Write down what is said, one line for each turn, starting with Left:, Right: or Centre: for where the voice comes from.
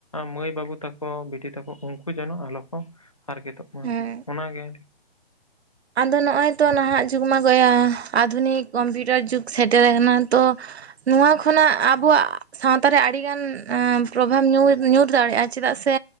Left: ᱢᱟᱹᱭ ᱵᱟᱹᱵᱩ ᱛᱟᱠᱚ ᱵᱤᱴᱤ ᱛᱟᱠᱚ ᱩᱱᱠᱩ ᱡᱮᱱᱚ ᱟᱞᱚ ᱠᱚ ᱦᱟᱨᱠᱮᱛᱚᱜ ᱢᱟ
Right: ᱦᱮᱸ
Left: ᱚᱱᱟ ᱜᱮ᱾
Right: ᱟᱫᱚ ᱱᱚᱜᱼᱚᱭ ᱛᱚ ᱱᱟᱦᱟᱜ ᱡᱩᱜᱽ ᱢᱟ ᱜᱚᱭᱟ ᱟᱫᱷᱩᱱᱤᱠ ᱠᱚᱢᱯᱤᱭᱩᱴᱟᱨ ᱡᱩᱜᱽ ᱥᱮᱴᱮᱨ ᱟᱠᱟᱱᱟ ᱛᱚ᱾ ᱱᱚᱣᱟ ᱠᱷᱚᱱᱟᱜ ᱟᱵᱚᱣᱟᱜ᱾ ᱥᱟᱶᱛᱟ ᱨᱮ ᱟᱹᱰᱤᱜᱟᱱ ᱯᱨᱚᱵᱷᱟᱵᱽ ᱧᱩᱨ ᱧᱩᱨ ᱫᱟᱲᱮᱭᱟᱜᱼᱟ ᱪᱮᱫᱟᱜ ᱥᱮ᱾